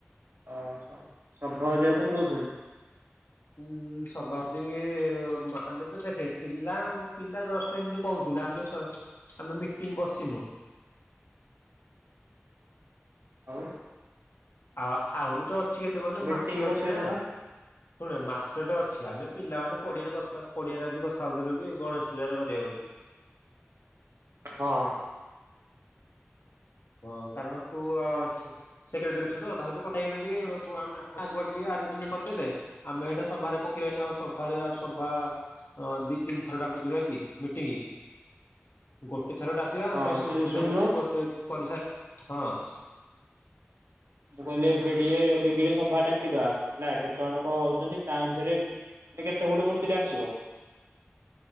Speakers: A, on the right; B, on the left.
A: ଅ ହ <unintelligible> କଁ କହୁଛନ୍ତି?
B: ଉଁ ସଭାପତି ଆମେ ତ ଦେଖେ ପିଲା ପିଲା ଜ ତ ଏମିତି କହୁଥିଲେ ଆମେ ସ ଆମେ ମିଟିଂ ବସିନୁ।
A: ଆଉ
B: ଆ ଆହୁରି ତ ଅଛି କେତେ କହିଲୁ
A: ମିଟିଂ
B: ମାସେ
A: ବସେଇ
B: ଅଛି ନା
A: ଦଉନା।
B: ଶୁଣ ମାସଟା ଅଛି ଆମେ ପିଲାମାନେ ପଡିଆ ରେ କଥା ପଡିଆରେ ଆଜି କଥା ହଉଥିଲୁ କି ଗଣେଶ ପୂଜାଟା କରିବା ବୋଲି।
A: ହଁ।
B: ହଁ କାରଣ ତୁ ଅ ସେକ୍ରେଟାରୀ ଅଛୁ ତ ତା ସହିତ କଥା ହେଇଗଲେ ଟିକେ ଆଗୁଆ ଟିକେ ଆରେ୍ଜମେଣ୍ଟ କରିଦେଲେ ଆମେ ଏଇଟା ସଭାରେ ପକେଇବା ଆଉ ସଭାରେ ଆଉ ସଭା ଅଁ ଦି ତିନି ଥର ଡାକୁ ଥିବା କି ମିଟିଂ ଗୋଟେ ଥର ଡ଼ା କିଆ
A: ହଁ
B: ଆମେ ସବୁ
A: ଯେ
B: ବୁଝାବୁଝି
A: ଶୁଣୁନୁ
B: କରିଦ କରିସାର ହଁ।
A: ମୁଁ କହିଲି ଏବେ ଟିକେ ଏବେ ଗି ସଭା ଡାକିଦବା ହେଲା କେତେ ଜଣ କ ହଉଛନ୍ତି ତା ଅନୁସାରେ ମାନେ କେତେ ଫୁଟୁ ମୂର୍ତ୍ତି ଟା ଆସିବ।